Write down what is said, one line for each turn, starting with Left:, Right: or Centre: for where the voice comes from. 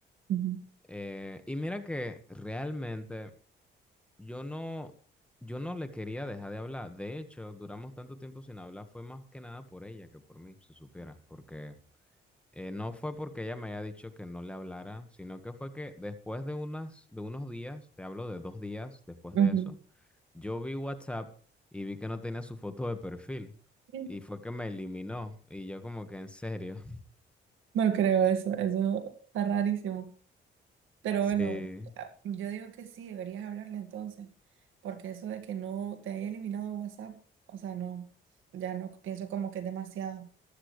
Right: ujú,
Centre: Eh, y mira que realmente yo no, yo no le quería dejar de hablar. De hecho, duramos tanto tiempo sin hablar, fue más que nada por ella que por mí, si supiera, porque Eh, no fue porque ella me haya dicho que no le hablara, sino que fue que después de unas, de unos días, te hablo de dos días después
Right: ujú,
Centre: de eso, yo vi WhatsApp y vi que no tenía su foto de perfil
Right: ujú.
Centre: y fue que me eliminó y yo como que en serio. <laughs>
Right: No creo eso, eso está rarísimo. Pero
Centre: Sí,
Right: bueno, a- yo digo que sí, deberías hablarle entonces, porque eso de que no te haya eliminado WhatsApp, o sea, no, ya no pienso como que es demasiado.